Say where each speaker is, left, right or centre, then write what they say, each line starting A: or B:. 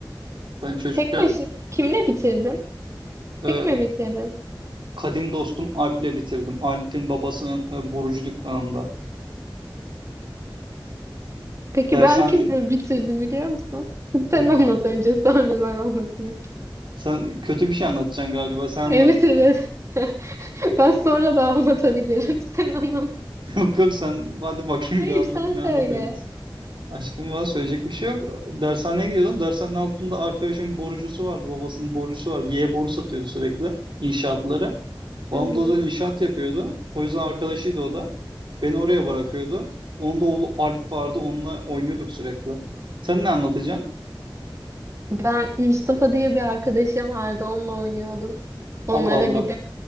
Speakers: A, on the right (about 70°); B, on the right (about 35°).
A: Ben çocukken
B: Tek başına. Kimle bitirdin?
A: e,
B: Tek mi bitirdin?
A: Kadim dostum Alp'le bitirdim. Alp'in babasının e, borucu dükkanında.
B: Peki
A: Dersen
B: ben kimle bitirdim biliyor musun? <laughs> Sen
A: bilmiyorum.
B: anlat önce sonra ben anlatayım.
A: Sen kötü bir şey anlatacaksın galiba. Sen anlat.
B: Evet evet. <laughs> Ben sonra da anlatabilirim. <laughs> Sen anlat.
A: <laughs> Yok yok sen hadi bakayım
B: Hayır
A: bir anlat.
B: sen
A: Ne
B: söyle.
A: anlatacaksın? Aşkım bana söyleyecek bir şey yok. Dershaneye gidiyordum. Dershanenin altında arkadaşımın borucusu vardı. Babasının borucusu vardı. Y boru satıyordu sürekli inşaatlara.
B: Hmm.
A: Babam da o zaman inşaat yapıyordu. O yüzden arkadaşıydı o da. Beni oraya bırakıyordu. Onda oğlu Alp vardı. Onunla oynuyorduk sürekli. Sen ne anlatacaksın?
B: Ben Mustafa diye bir arkadaşım vardı. Onunla oynuyordum. Onlara
A: Allah Allah.
B: gidip.